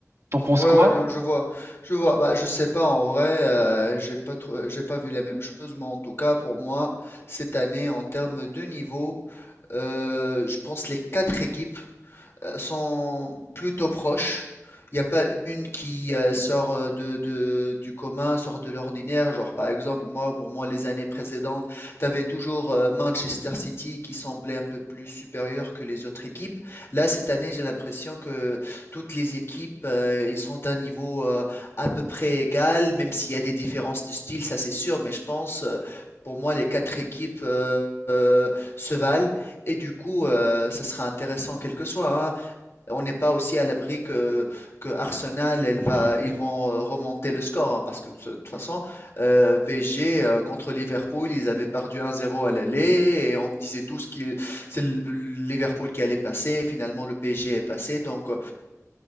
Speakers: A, on the right (about 60°); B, on the left (about 55°).
A: T'en penses
B: Ouais,
A: quoi?
B: ouais, non, je vois, je vois. Bah, je sais pas en vrai, euh, j'ai pas trop- j'ai pas vu la même chose, mais en tout cas pour moi cette année en termes de niveau, euh, je pense les quatre équipes euh, sont plutôt proches. Il n'y a pas une qui euh, sort euh, de, de- du commun, sort de l'ordinaire. Genre, par exemple, moi, pour moi, les années précédentes, tu avais toujours euh, Manchester City qui semblait un peu plus supérieur que les autres équipes. Là, cette année, j'ai l'impression que toutes les équipes, euh, ils sont d'un niveau euh, à peu près égal, même s'il y a des différences de style, ça c'est sûr, mais je pense, euh, pour moi, les quatre équipes euh, euh, se valent. Et du coup, euh, ça sera intéressant quel que soit. hein on n'est pas aussi à l'abri que, que Arsenal, elle va, ils vont euh, remonter le score, hein, parce que de toute façon, euh, PSG euh, contre Liverpool, ils avaient perdu 1-0 à l'aller, et on disait tous que c'est Liverpool qui allait passer, finalement le PSG est passé, donc euh,